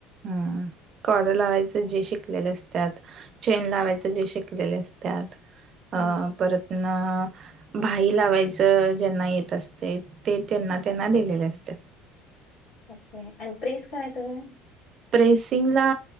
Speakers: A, on the right; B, on the left.
A: हम्म कॉलर लावायंच. जे शिकलेले असत्यात. चेन लावायच जे शिकलेले असत्यात.
B: हं.
A: परत ना. भाई लावायचं ज्यांना येत असते. ते त्यांना त्यांना दिलेले असत्यात.
B: ओके आणि प्रेस करायचं ग.
A: प्रेसिंगला